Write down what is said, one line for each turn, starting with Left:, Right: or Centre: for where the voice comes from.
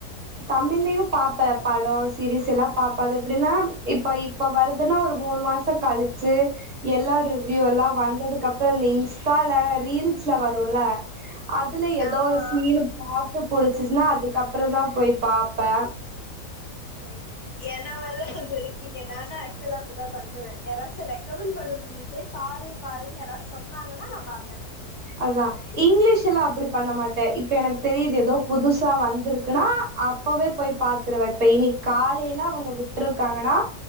Right: தமிழ்லயு பாப்பே பட சீரிஸ் எல்லா பாப்பே அது எப்டின்னா இப்ப இப்ப வருதுன்னா ஒரு மூணு மாச கழிச்சு எல்லா ரிவ் யு எல்லா வந்ததுக்கு அப்ற இந்த இன்ஸ்டால ரீல்ஸ்ல வருல்ல அதுல எதோ
Left: ஆமா
Right: சீனு பாத்து புடிச்சிச்சுன்னா அதுக்கப்புறதா போய் பாப்பே
Left: ரைட்டு என்ன மாரிதா கொஞ்ச இருக் கிங்க நானா ஆக்சுவலா அப்டிதா பண்ணுவே யாராச்சு ரெக்கமெண்ட் பண்ணணு நீ போய் பாரு பாருன்னு யாராது சொன்னாங்கன்னா நா பாப்பே
Right: அதா இங்கிலீஷ் எல்லா அப்படி பண்ண மாட்டே இப்ப எனக்கு தெரிது ஏதோ புதுசா வந்திருக்குன்னா அப்பவே போய் பாத்துருவே இப்ப இனிக் காலைல அவங்க விட்டுருக்காங்கன்னா